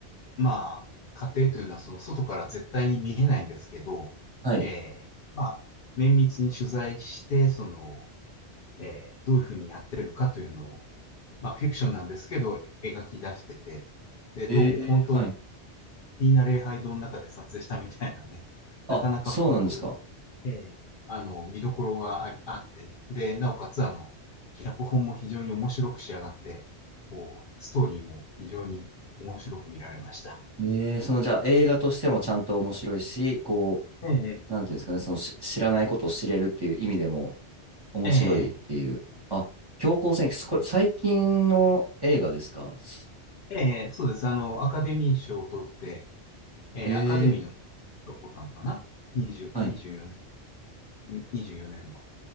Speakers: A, on the left; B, on the right.
A: まあ、過程というのはその外から絶対に見えないんですけど、
B: はい。
A: えーまあ、綿密に取材して、その、えーどういうふうにやってるかというのを、まあ、フィクションなんですけど、描き出してて、で、
B: ええ、
A: どうも本当、
B: はい。
A: いいな礼拝堂の中で撮影したみたいなんで、<laughs>
B: あ、
A: なかなかこう、
B: そうなんですか。
A: えーあの、見どころがありあって、で、なおかつ、あの、脚本も非常に面白く仕上がって、こう、ストーリーも非常に面白く見られました。
B: ええ、そのじゃあ映画としてもちゃんと面白いし、こう、
A: ええ、
B: なんていうんですかね、そのし知らないことを知れるっていう意味でも、面白いっていう。
A: ええ、
B: あ、強行戦記、そこれ最近の映画ですかす
A: ええ、そうです。あの、アカデミー賞を取って、ええ、
B: へえ
A: アカデミーの賞を取ったのかな ?20、
B: はい。
A: 24年24年の。